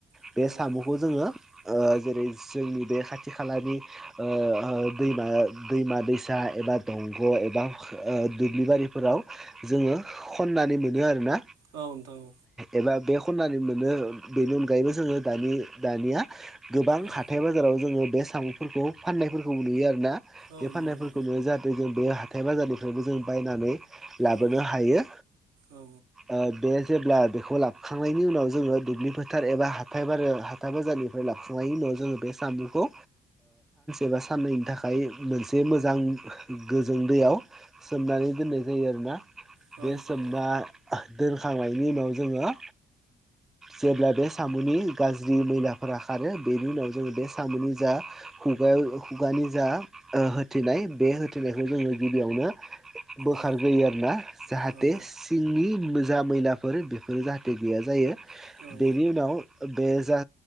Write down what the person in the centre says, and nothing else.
बे सामुखौ
जोङो ओ
जेरै जोंनि बे खाथि खालानि ओ ओ दैमा दैमा दैसा एबा दंग' एबा ओ दुब्लि बारिफोराव जोङो खननानै मोनो आरोना।
एबा बे खननानै मोनो बिनि अनगायैबो जोङो दानि दानिया गोबां
हाथाइ बाजाराव जोङो बे सामुफोरखौ फान्नायफोरखौबो नुयो आरो ना
बे फाननायफोरखौनो
जाहाथे जों बे हाथाय बाजारनिफ्रायबो जों बायनानै लाबोनो
हायो
ओ बे जेब्ला बेखौ लाबखांनायनि उनाव जोङो दुब्लि फोथार एबा हाथाइबारो-हाथाइ बाजारनिफ्राय लाबोखांनायनि उनाव जोंङो बे साम'खौ एबा साननैनि थाखाय मोनसे मोजां गोजों दैयाव सोमनानै दोननाय जायो आरोना
बे सोमना
दोनखांनायनि उनाव जोङो जेब्ला बे साम'नि गाज्रि मैलाफोरा खारो बेनि उनाव जोङो बे साम'नि जा खुगायाव खुगानि जा होथेनाय बे होथेनायखौ जोङो गिबियावनो बोखारग्रोयो
आरो ना जाहाथे
सिंनि मोजा-मैलाफोर बेफोरो जाहाथे गैया जायो
बेनि उनाव बे जा